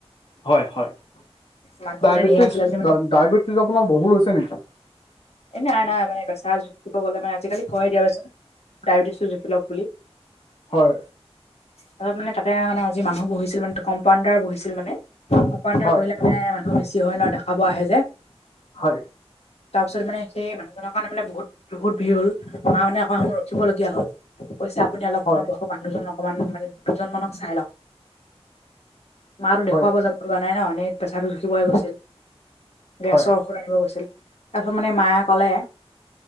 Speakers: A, on the left (about 50°); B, on the left (about 75°).
A: হয়, হয়
B: মানুহ
A: ডায়বেটিছ
B: মানে ধেৰ আছিলে আজি
A: ডায়বেটিছ আপোনাৰ বহুত হৈছে নেকি?
B: এনে নাই, নাই মান <unintelligible> তাৰ জুকিব গ'লে মানে আজিকালি কই দিয়াচোন ডায়বেটিছ জুখি লওঁক বুলি
A: হয়।
B: তাতে মান তাতে মানে আজি মানুহ বহিছিল মানে কম্পাউণ্ডাৰ বহিছিল মানে
A: হয়
B: বহিলে মানে মানুহ বেছি হয় ন দেখাব আহে যে
A: হয়।
B: তাৰপিছত মানে সেই মানুহজনৰ কাৰণে মানে বহুত বহুত ভিৰ হ'ল ম মানে আকৌ কবলগীয়া হল কৈছে আপুনি অলপ
A: হয়
B: সময় বয়সত মানুহজন অকমান মানে দুজন মানক চাই লওক। মাৰো দেখুৱাব
A: হয়
B: যাব লগোৱা নাই ন এনে প্ৰেছাৰটো জুখিবই গৈছিল। গেছৰ
A: হয়
B: ঔষধ আনিব গৈছিল তাৰপিছত মানে মায়ে ক'লে